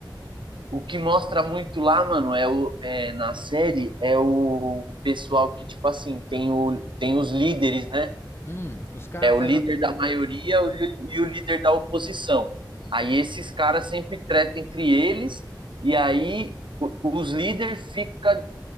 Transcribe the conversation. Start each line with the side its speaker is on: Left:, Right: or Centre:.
Right: O que mostra muito lá, mano, é o é, na série é o pessoal que, tipo assim, tem, o, tem os líderes, né?
Left: Hum, os caras
Right: É o
Left: fazem
Right: líder
Left: a.
Right: da maioria o li- e o líder da oposição. Aí esses caras sempre tretam entre eles, e aí o- os líderes ficam